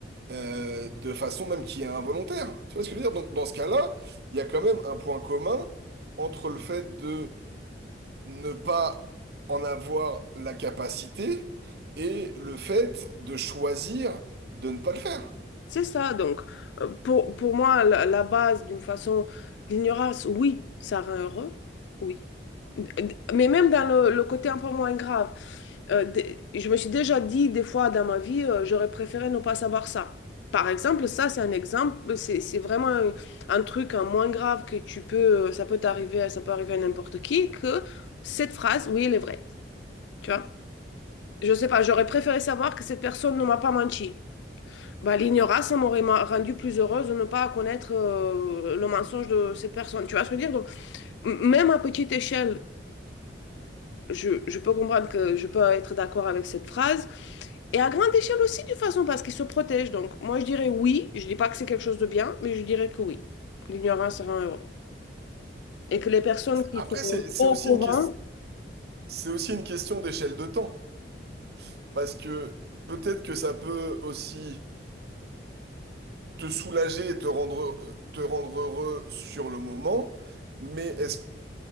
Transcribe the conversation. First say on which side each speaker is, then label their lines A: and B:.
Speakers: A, on the right; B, on the left.
A: euh, de façon même qui est involontaire. Tu vois ce que je veux dire? Donc dans ce cas-là, il y a quand même un point commun entre le fait de ne pas en avoir la capacité et le fait de choisir de ne pas le faire.
B: C'est ça, donc euh, pour, pour moi, la, la base d'une façon, l'ignorance, oui, ça rend heureux, oui. Mais même dans le, le côté un peu moins grave, euh, des- je me suis déjà dit des fois dans ma vie, euh, j'aurais préféré ne pas savoir ça. Par exemple, ça, c'est un exemple, c'est c'est vraiment un, un truc hein, moins grave que tu peux, euh, ça peut t'arriver, ça peut arriver à n'importe qui, que cette phrase, oui, elle est vraie. Tu vois? Je sais pas, j'aurais préféré savoir que cette personne ne m'a pas menti. Bah, l'ignorance, ça m'aurait ma- rendu plus heureuse de ne pas connaître euh, le mensonge de cette personne. Tu vois ce que je veux dire? Donc, m- même à petite échelle, je, je peux comprendre que je peux être d'accord avec cette phrase. Et à grande échelle aussi, de toute façon, parce qu'ils se protègent. Donc, moi, je dirais oui. Je dis pas que c'est quelque chose de bien, mais je dirais que oui. L'ignorance rend heureux. Et que les personnes qui
A: Après,
B: sont
A: c'est c'est
B: au
A: aussi
B: courant
A: une ques- c'est aussi une question d'échelle de temps. Parce que peut-être que ça peut aussi te soulager et te rendre, euh, te rendre heureux sur le moment, mais est-ce,